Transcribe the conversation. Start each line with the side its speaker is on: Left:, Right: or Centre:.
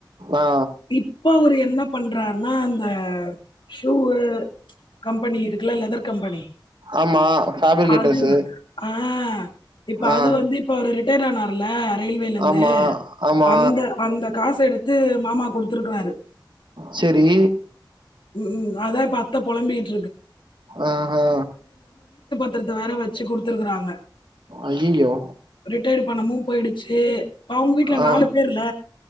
Right: ஆ
Left: இப்ப ஒரு என்ன பன்றா ஆனா அந்த சூவு கம்பெனி இருக்குல லெதர் கம்பெனி
Right: ஆமா ஃபேப்ரிகேட்டர்ஸு
Left: அதுவா ஆஹ் இப்ப
Right: ஆ
Left: அது வந்து இப்ப தேங்கா நாருல ரயில்வேலருந்து
Right: ஆமா ஆமா
Left: அந்த அந்த காசு எடுத்து மாமா குடுத்துருக்குறாரு
Right: செரி
Left: உம் அதான் இப்ப அத்த பொழம்பிட்டு
Right: ஆஹா
Left: பத்ரத்த வேற வச்சு குடுத்துருக்குறாங்க
Right: ஐயையோ
Left: ரிட்டய்டு பணமும் போயிடுச்சு அவுங்க வீட்ல
Right: ஆ
Left: நாலு பேர்ல